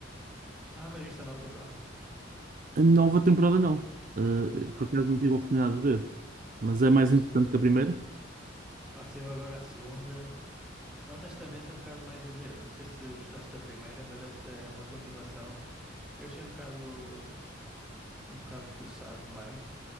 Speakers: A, in the centre; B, on the right.
A: Ah, mas viste a nova temporada?
B: A nova temporada não. Eh,
A: Ah,
B: por acaso não tive a oportunidade de ver. Mas é mais
A: pois,
B: interessante que a primeira?
A: passei eu agora à segunda. Honestamente, é um bocado mais do mesmo. Não sei se gostaste da primeira, mas esta é uma continuação. Eu achei um bocado, um bocado forçado demais.